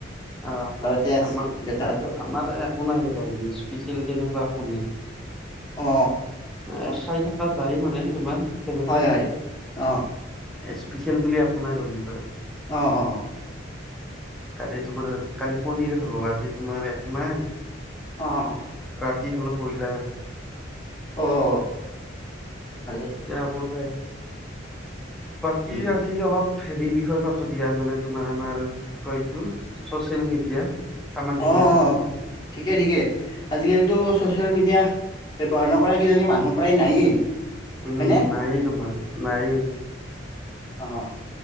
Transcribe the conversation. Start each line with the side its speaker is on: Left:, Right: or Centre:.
Centre: অ
Left: ঘৰতে আছে
Centre: আমাৰ
Left: দেউতাহতো
Centre: আমাৰ একো নাই ৰ'বা স্পেচিয়েল তেনেকুৱা একো নাই।
Left: অ
Centre: এ চাই থকা যায় মানে তোমাৰ তেনেকে
Left: হয় হয় অ
Centre: স্পেচিয়েল বুলি একো নাই ৰবিবাৰ।
Left: অ অ অ।
Centre: কালি তোমাৰ কালি পনীৰে খালো। আজি তোমাৰ একোনাই।
Left: অ
Centre: ৰাতি খালোঁ ব্ৰইলাৰ।
Left: অ' ভালেই।
Centre: এতিয়া আকৌ ঠাই বাকী
Left: উম
Centre: আজি অলপ হেৰিৰ বিষয়ে পাতো দিয়া, মানে তোমাৰ আমাৰ কি কয় এইটো চচিয়েল মিডিয়া। সামাজিক
Left: অ',
Centre: মাধ্যম
Left: অ' ঠিকেই ঠিকে, আজিকালিতো চচিয়েল মিডিয়া ব্যৱহাৰ নকৰা কিজানি মানুহ প্ৰায় নায়েই।
Centre: উম,
Left: হয়নে
Centre: নায়েই তোমাৰ, নায়েই।
Left: অ'।